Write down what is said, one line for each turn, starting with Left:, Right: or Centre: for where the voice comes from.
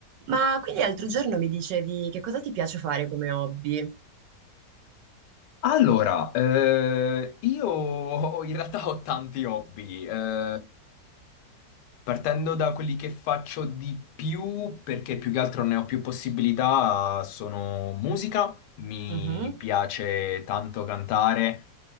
Right: Ma quindi l'altro giorno mi dicevi che cosa ti piace fare come hobby? Eh,
Left: Allora, eh, io ho- in realtà ho tanti hobby, eh, partendo da quelli che faccio di più, perché più che altro ne ho più possibilità, sono musica, mi
Right: Mhm,
Left: piace tanto cantare,